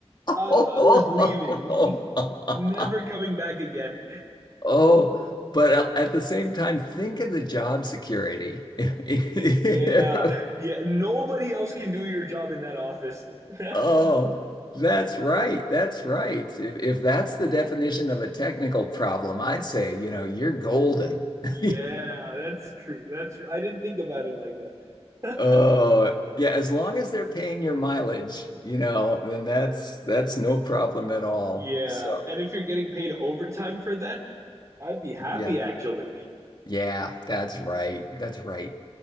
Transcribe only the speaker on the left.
<laughs>
Oh, but uh, at the same time, think of the job security. <laughs>
Oh, that's right. That's right. If if that's the definition of a technical problem, I'd say, you know, you're golden. <laughs>
Oh, yeah, as long as they're paying your mileage, you know, then that's that's no problem at all.
So,
yeah.
Yeah, that's right. That's right.